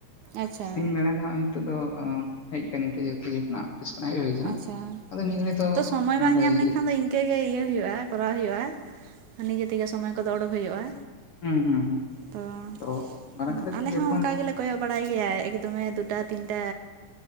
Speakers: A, on the right; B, on the left.
A: ᱟᱪᱪᱷᱟ
B: ᱟᱨ ᱥᱤᱧ ᱵᱮᱲᱟ ᱫᱚ <unintelligible> ᱦᱟᱸᱜ ᱦᱤᱸᱛᱳᱜ ᱫᱚ ᱦᱮᱡ ᱟᱠᱟᱱᱟᱹᱧ <unintelligible> ᱠᱷᱚᱱᱟᱜ ᱚᱯᱷᱤᱥ ᱠᱷᱚᱱᱟᱜ ᱦᱮᱡ ᱦᱩᱭ ᱠᱟᱱᱟ
A: ᱟᱪᱪᱷᱟ
B: ᱟᱫᱚ ᱱᱤᱭᱟᱹ ᱜᱷᱟᱹᱲᱤᱡ ᱫᱚ
A: ᱛᱚ ᱥᱚᱢᱚᱭ
B: ᱱᱚᱸᱰᱮ
A: ᱵᱟᱝ ᱧᱟᱢ
B: ᱤᱭᱟᱹ
A: ᱞᱮᱱᱠᱷᱟᱱ
B: ᱦᱳᱭ ᱦᱳᱭ
A: ᱫᱚ ᱤᱱᱠᱟᱹ ᱜᱮ ᱤᱭᱟᱹ ᱦᱩᱭᱩᱜᱼᱟ ᱠᱚᱨᱟᱣ ᱦᱩᱭᱩᱜᱼᱟ ᱱᱤᱡᱮ ᱛᱮᱜᱮ ᱥᱚᱢᱚᱭ ᱠᱚᱫᱚ ᱳᱰᱳᱠ ᱦᱩᱭᱩᱜᱼᱟ
B: ᱦᱩᱸ ᱦᱩᱸ ᱦᱩᱸ
A: ᱛᱚ
B: ᱟᱫᱚ ᱢᱟᱨᱟᱝ
A: ᱩᱸ
B: ᱠᱟᱛᱮ
A: ᱟᱞᱮ
B: ᱡᱚᱠᱷᱚᱱ
A: ᱦᱚᱸ ᱚᱱᱠᱟ ᱜᱮᱞᱮ ᱠᱚᱭᱚᱜ ᱵᱟᱲᱟᱭ ᱜᱮᱭᱟ ᱮᱠᱫᱚᱢᱮ ᱫᱩᱴᱟ ᱛᱤᱱᱴᱟ